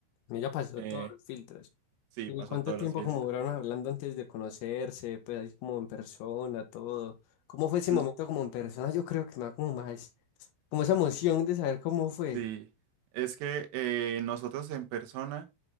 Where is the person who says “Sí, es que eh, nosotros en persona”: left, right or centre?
Right